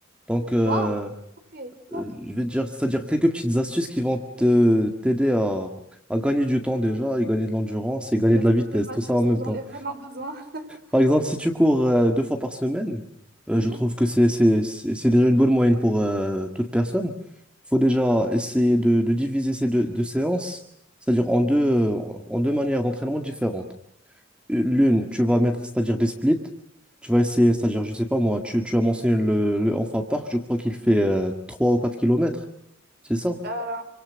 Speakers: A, in the centre; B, on the right.
A: Donc, euh,
B: Waouh! Ok, top.
A: euh, je vais te dire, c'est-à-dire quelques petites astuces qui vont te t'aider à, à gagner du temps déjà, et gagner de l'endurance, et gagner
B: Ouais,
A: de
B: s'il
A: la
B: te
A: vitesse,
B: plaît, vas-y,
A: tout ça
B: parce
A: en même
B: que j'en
A: temps.
B: ai vraiment besoin. <laughs>
A: Par exemple, si tu cours euh, deux fois par semaine, euh,
B: Mhm.
A: je trouve que c'est c'est- c'est- c'est déjà une bonne moyenne pour euh, toute personne. Il faut déjà essayer de, de diviser ces deux, deux séances, c'est-à-dire en deux, euh, en deux manières d'entraînement différentes. L'une, tu vas mettre, c'est-à-dire des splits. Tu vas essayer, c'est-à-dire, je sais pas moi, tu, tu as mentionné le, le Enfa Park, je crois qu'il fait euh, 3 ou 4 kilomètres, c'est ça?
B: Euh,